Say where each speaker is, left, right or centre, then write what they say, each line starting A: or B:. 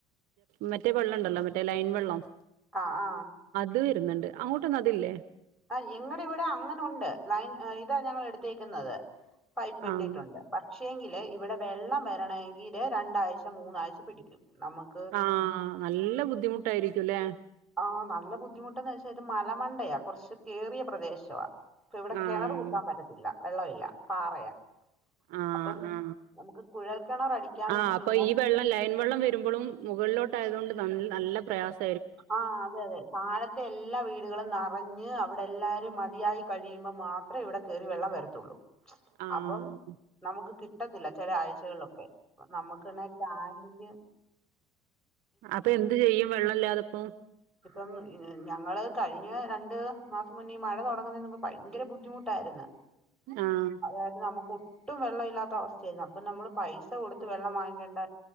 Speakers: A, on the right; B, in the centre.
A: മ റ്റേ വെള്ളണ്ടല്ലോ മറ്റേ ലൈൻ വെള്ളം
B: അ ആ
A: അത് വരുന്നുണ്ട് അങ്ങോട്ടൊന്നും അതില്ലേ
B: അ ഞങ്ങളടെ ഇവിടെ അങ്ങനെ ഉണ്ട് ലൈൻ ഇതാ ഞങ്ങൾ എടുത്തേക്കുന്നത് പൈപ്പ് ഇട്ടിട്ടുണ്ട്
A: ആഹ്
B: പക്ഷേങ്കില് ഇവിടെ വെള്ളം വരണെങ്കില് രണ്ടാഴ്ച മൂന്നാഴ്ച പിടിക്കും നമുക്ക്
A: ആ നല്ല ബുദ്ധിമുട്ടായിരിക്കുല്ലേ
B: ആ നല്ല ബുദ്ധിമുട്ടെന്ന് വെച്ചാ ഇത് മലമണ്ടയാ കുറച്ചു കേറിയ പ്രദേശവാ പ്പൊ ഇവിടെ
A: ആഹ്
B: കിണറ് കുത്താൻ പറ്റത്തില്ല വെള്ളവില്ല പാറയാ
A: ആ
B: അപ്പം
A: ആ
B: നമുക്ക് കുഴൽ കിണർ അടിക്കാന്ന്
A: അ
B: വെച്ച്
A: അപ്പൊ
B: കഴിഞ്ഞാൽ
A: ഈ വെള്ളം ലൈൻ വെള്ളം വരുമ്പളും മുകളിലോട്ടായതുകൊണ്ട് നല്ല് നല്ല പ്രയാസ
B: ആ പോവ് താഴത്തെ എല്ലാ വീടുകളും നറഞ്ഞ് അവിടെ എല്ലാരും മതിയായി കഴിയുമ്പോ മാത് റേ ഇവിടെക്കേറി വെള്ളം വരത്തുള്ളൂ.
A: ആഹ്
B: അപ്പം നമുക്ക് കിട്ടത്തില്ല ചെല ആഴ്ചകളിലൊക്കെ നമ്മക്കന്നെ ടാങ്കില്.
A: അപ്പം എന്ത് ചെയ്യും വെള്ളം ഇല്ലാതെപ്പോ.
B: ഇപ്പം ഞങ്ങള് കഴിഞ്ഞ രണ്ട് മാസം മുന്നേ മഴ തുടങ്ങുന്നേനുമുംമ്പ് ഭയങ്കര ബുദ്ധിമുട്ടായിര്ന്ന്.
A: ആഹ്
B: അതായത് നമുക്ക് ഒട്ടും വെള്ളം ഇല്ലാത്ത അവസ്ഥയായി. അപ്പൊ നമ്മള് പൈസ കൊടുത്ത് വെള്ളം വാങ്ങികൊണ്ട